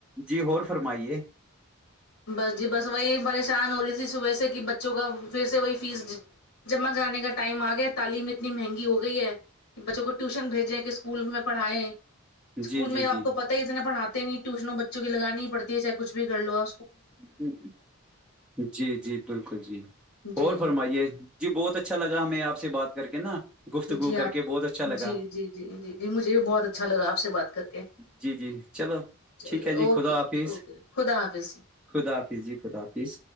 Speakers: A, in the centre; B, on the left.
A: جی ہور فرمائیے
B: بس جی بس وہی پریشان ہو رہی تھی صبح سے کہ بچوں کا پھر سے وہی فیس جمع کرانے کا ٹائم آ گیا تعلیم اتنی مہنگی ہو گئی ہے کہ بچوں کو ٹیوشن بھیجیں کہ اسکول میں پڑھائیں اسکول
A: جی جی
B: میں آپ
A: جی
B: کو پتا ہی اتنے پڑھاتے نہیں ٹیوشنوں بچوں کی لگانی ہی پڑتی ہے چاہے کچھ بھی لو آ
A: جی جی جی بالکل جی
B: جی
A: اور فرمائیے جی بہت اچھا لگا ہمیں آپ سے بات کر کے نا گفتگو
B: جی
A: کر
B: آپ
A: کے بہت اچھا لگا
B: جی جی جی جی جی مجھے بہت اچھا لگا آپ سے بات کر کے
A: جی جی چلو
B: چلیے
A: ٹھیک ہے
B: اوکے
A: جی خدا حافظ
B: اوکے خدا حافظ
A: خدافظ جی خدافظ